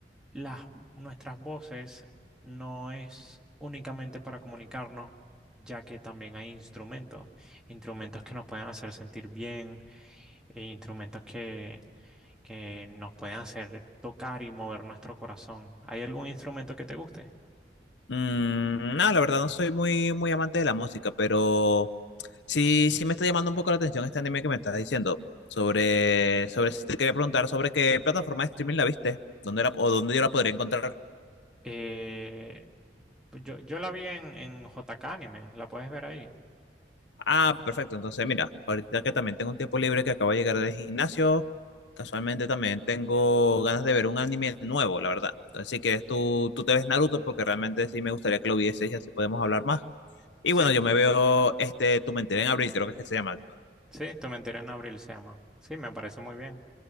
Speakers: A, in the centre; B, on the left.
A: las, nuestras voces no es únicamente para comunicarnos, ya que también hay instrumentos, instrumentos que nos pueden hacer sentir bien, e instrumentos que, que nos pueden hacer tocar y mover nuestro corazón. ¿Hay algún instrumento que te guste?
B: Mm, no, la verdad no soy muy, muy amante de la música, pero sí, sí me está llamando un poco la atención este anime que me estás diciendo. Sobre, sobre, te quería preguntar sobre qué plataforma de streaming la viste, dónde la, o dónde yo la podría encontrar.
A: Eh, pues yo, yo la vi en, en JK Anime, la puedes ver ahí.
B: Ah, perfecto. Entonces, mira, ahorita que también tengo un tiempo libre que acabo de llegar del gimnasio, casualmente también tengo ganas de ver un anime nuevo, la verdad. Entonces, si quieres, tú, tú te ves Naruto porque realmente sí me gustaría que lo vieses y así podemos hablar más. Y
A: ¿Sí?
B: bueno, yo me veo este Tu Mentira en abril, creo que es que se llama.
A: Sí, Tu mentira en abril se llama. Sí, me parece muy bien.